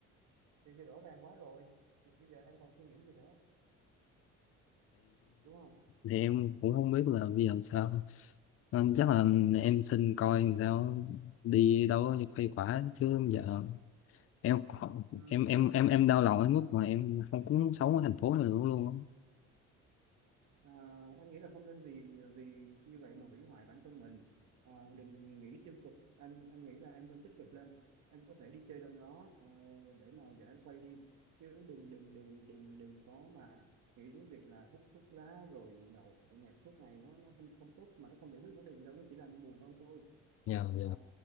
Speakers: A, on the right; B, on the left.
A: thì, thì rõ ràng quá rồi thì bây giờ anh còn suy nghĩ gì nữa đúng không
B: thì em cũng không biết là bây giờ làm sao Nên chắc là em xin coi làm sao đi đâu đó khuây khỏa chứ giờ em
A: ừ,
B: em em
A: anh
B: em em đau lòng đến mức mà em không cũng muốn sống ở thành phố này nữa luôn á
A: à, anh nghĩ là không nên vì vì như vậy mà hủy hoại bản thân mình À, đừng nghĩ tiêu cực anh anh nghĩ là em nên tích cực lên em có thể đi chơi đâu đó ờ, để mà giải khuây đi chứ đừng đừng đừng đừng đừng có mà nghĩ đến việc là hút thuốc lá rồi nhậu nhẹt suốt ngày nó nó không không tốt mà nó không giải quyết vấn đề gì đâu nó chỉ làm em buồn hơn thôi
B: dạ dạ
A: Ờ,